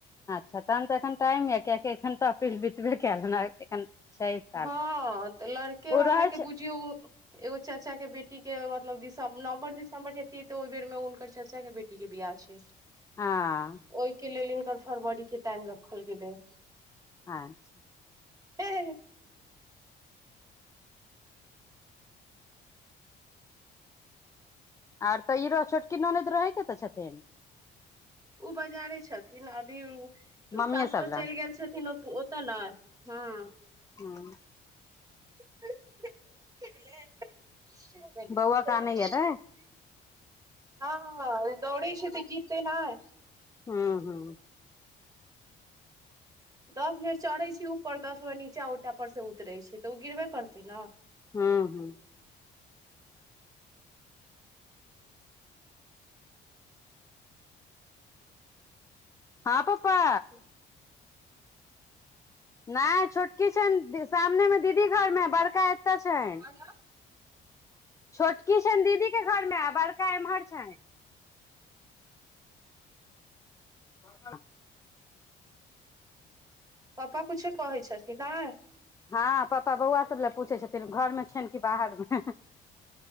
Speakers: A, on the left; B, on the right.
A: अच्छा तहन तऽ एखन टाइम अय कियेकि एखन तऽ अपरील बितबे केलै एखन छै साल
B: हँ तऽ लड़के वाला
A: ओ रहै
B: के
A: छै
B: बुझियौ ओ एगो चाचा के बेटी के मतलब दिसंब- नवम्बर, दिसम्बर जतिये ते ओहि बेर मे उनकर चचा के बेटी के बियाह छैय। बश <inaudible>
A: हा
B: ओइ के लेल हिनकर फरवरी के टाइम रख्खल गेलैय।
A: आच्छे।
B: हे- हे- हे
A: आर तऽ ई र छोटकी ननैद रहै कत छथिन?
B: उ बजारे छथिन अभी उ
A: मम्मीए
B: सास
A: सब
B: तऽ चइल
A: लग
B: गेएल छथिन ओत ओत न। हुँ।
A: हं
B: <unintelligible>
A: बौआ के आनैया ने
B: हँ-हं-हं दौड़य छै त गिरतय नहि।
A: हम्म-हम्म
B: दस बेड़ चढ़ै छय ऊपर, दस बेड़ नीचा उटा पर से उतरै छै, त उ गिरबे करतै न।
A: हँ-हँ हां पप्पा
B: <inaudible>
A: नहि छोटकी छैन दी सामने मे दीदी घर मे, बड़का एतऽ छैन।
B: <unintelligible>
A: छोटकी छैन दीदी के घरमे, आ बड़का एमहर छैन। <unintelligible>
B: पप्पा कुछो कहै छथिन्ह नहि।
A: हँ पप्पा बौआ सब लए पूछै छथिन, घरमे छैन कि बाहरमे।